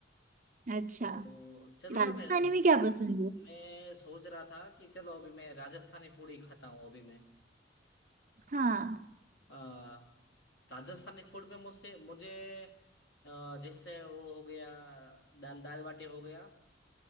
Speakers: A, on the right; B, on the left.
A: अच्छा
B: तो चलो
A: राजस्थानी
B: ना मैं
A: में क्या पसंद है
B: मैं सोच रहा था कि चलो अभी मैं राजस्थानी फूड ही खाता हूँ अभी मैं
A: हाँ
B: अ, राजस्थानी फूड में मुझसे मुझे अ, जैसे वो हो गया दाल दाल बाटी हो गया